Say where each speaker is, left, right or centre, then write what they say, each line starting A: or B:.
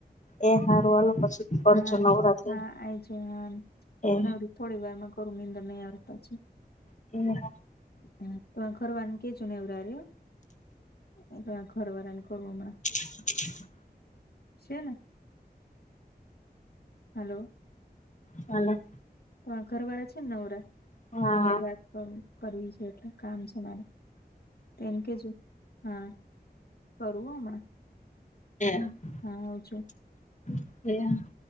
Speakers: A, on the left; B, on the left.
A: એ હારો આલો પછી કરજો
B: હા
A: નવરા થઈને
B: હા આ છે હા
A: એ
B: નવરી થોડી વારમાં કરું નીંદર નહી આવે પછી.
A: <unintelligible>
B: હ તો આ ઘરવારાને કેજો નેવરા રે એ ઘરવારા ને કરુ હમણાં.
A: <inaudible>
B: છે ને, હલો.
A: હાલો.
B: તમારા ઘર વાળા છે ને નવરા
A: હા
B: તો એને વાત કરવું કરવી છે એટલે કામ છે મારે તો એમ કેજો. હા, કરું હો હમણાં.
A: <inaudible>
B: હા આવજો